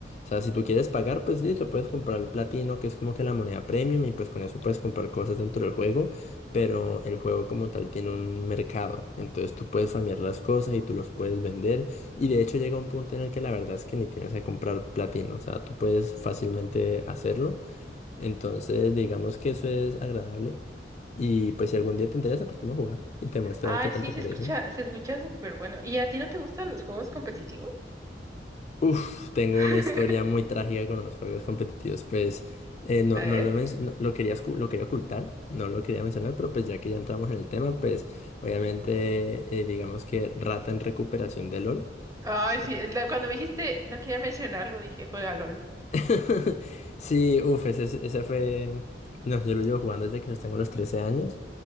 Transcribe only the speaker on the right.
Ay,
sí,
se
escucha, se escucha súper bueno. ¿Y a ti no te gustan los juegos competitivos?
<laughs>
A
ver.
Ay,
sí, la- cuando me dijiste, no quería mencionarlo, dije, juega LOL.